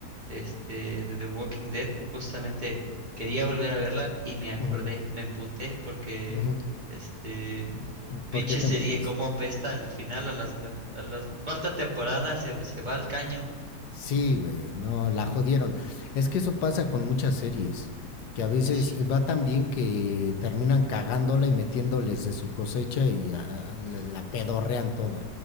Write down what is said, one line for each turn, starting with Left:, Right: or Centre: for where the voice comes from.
Right: este, de The Walking Dead, justamente quería volver a verla y me acordé,
Left: Ujú,
Right: me emputé porque,
Left: ujú.
Right: este,
Left: <laughs>
Right: pinche
Left: ¿Por qué te
Right: serie,
Left: emputaste?
Right: cómo apesta al final, a las, del- a la cuarta temporada se, se va al caño.
Left: Sí, güey, no, la jodieron. Es que eso pasa con muchas series, que a veces
Right: Sí,
Left: eh, va tan bien que terminan cagándola y metiéndoles de su cosecha y ah, ah, la, la pedorrean toda.